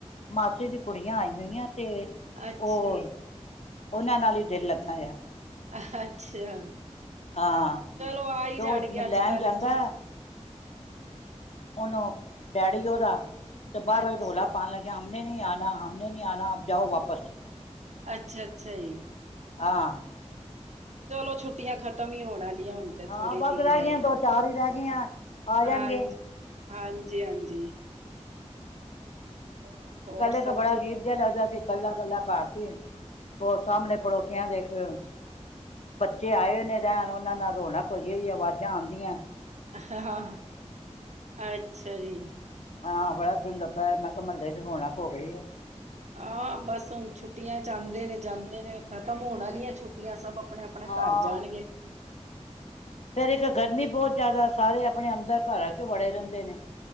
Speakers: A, on the left (about 65°); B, on the right (about 70°).
A: ਮਾਸੀ ਦੀ ਕੁੜੀਆਂ ਆਈ ਹੋਈਆਂ ਤੇ
B: ਅੱਛਾ
A: ਓ, ਓਨਾਂ ਨਾਲ ਈ ਦਿਲ ਲੱਗਾ ਹੋਇਆ।
B: ਅ -ਅੱਛਾ,
A: ਹਾਂ
B: ਚਲੋ ਆ ਈ
A: ਤੇ
B: ਜਾਣਗੇ
A: ਉਹ ਲੈਣ
B: ਅੱਜ- ਕੱਲ
A: ਜਾਂਦਾ
B: ਇਚ।
A: ਓਨੂੰ, ਡੈਡੀ ਓਦਾ ਤੇ ਬਾਹਰੋਂ
B: ਅੱਛ
A: ਹੀ ਰੋਲਾ ਪਾ ਪਾਨ ਲਗਿਆ ਹਮਨੇ ਨੀ ਆਣਾ, ਹਮਨੇ ਨੀ ਆਣਾ ਆਪ ਜਾਓ ਵਾਪਸ।
B: ਅੱਛਾ- ਅੱਛਾ ਜੀ।
A: ਹਾਂ।
B: ਚਲੋ ਛੁੱਟੀਆਂ ਖਤਮ ਹੀ ਹੋਣ ਆਲੀਆਂ ਹੁਨ। ਤੇ
A: ਹਾਂ
B: ਥੋੜੇ
A: ਬਸ
B: ਈ ਦਿਨ
A: ਰਹਿ
B: ਰੈ
A: ਗਈਆਂ
B: ਗੇ।
A: ਦੋ ਚਾਰ ਹੀ ਰਹਿ ਗਈਆਂ ਆ
B: ਹਾਂ
A: ਜਾਣਗੇ
B: - ਹਾਂਜੀ - ਹਾਂਜੀ। ਚਲੋ ਹੋਰ
A: ਪੈਲੇ
B: ਸਭ
A: ਤਾਂ ਬੜਾ
B: ਠੀਕ
A: ਅਜੀਬ ਜਿਆ ਲੱਗਦਾ ਸੀ ਕੱਲਾ- ਕੱਲਾ ਘਰ ਸੀ, ਓ ਸਾਮਣੇ ਪੜੋਸੀਆਂ ਦੇਖਲੋ ਬੱਚੇ ਆਏ ਹੋਏ ਨੇ ਰੈਨ, ਉਨਾਂ ਨਾਲ ਰੌਣਕ ਹੋਈ- ਹੋਈ ਏ ਆਵਾਜ਼ਾਂ ਆਂਦੀਐ।
B: ਹਾਂ, ਅੱਛਾ ਜੀ।
A: ਹਾਂ, ਬੜਾ ਦਿਲ ਲਗਾ ਹੋਇਐ, ਮੈਂ ਕਿਆ ਮਹਲੇ ਚ ਰੋਣਕ ਹੋ ਗਈ ਏ।
B: ਹਾਂ, ਬਸ ਹੁਨ ਛੁੱਟੀਆਂ ਚ ਆਂਦੇ ਨੇ ਜਾਂਦੇ ਨੇ, ਖਤਮ ਹੋਣ ਆਲੀਆਂ ਛੁੱਟੀਆਂ ਸਭ ਅਪਣੇ - ਅਪਣੇ ਅਪਣੇ
A: ਹਾਂ
B: ਘਰ ਜਾਣਗੇ।
A: ਫੇਰ ਏਕ ਗਰਮੀ ਬਹੁਤ ਜਾਦਾ, ਸਾਰੇ ਅਪਣੇ ਅੰਦਰ ਘਰਾਂ ਚ ਵੜੇ ਰੈਂਦੇ ਨੇ।